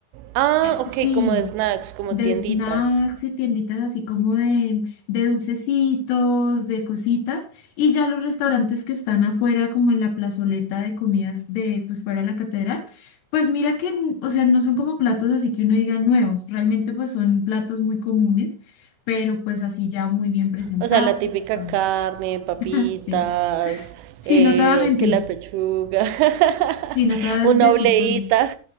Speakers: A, on the right; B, on the left.
A: Ah,
B: Eh,
A: ok,
B: sí,
A: como de snacks, como
B: de
A: tienditas.
B: snacks y tienditas así como de, de dulcecitos, de cositas. Y ya los restaurantes que están afuera, como en la plazoleta de comidas de, pues fuera de la catedral, pues mira que, n- o sea, no son como platos así que uno diga nuevos. Realmente pues son platos muy comunes, pero pues así ya muy bien presentados
A: O sea, la típica
B: y todo.
A: carne, papitas,
B: <laughs> Así. Sí,
A: eh,
B: no te voy a mentir.
A: que la pechuga, <laughs>
B: Sí, no te voy a
A: una
B: decir
A: obleíta.
B: cosas.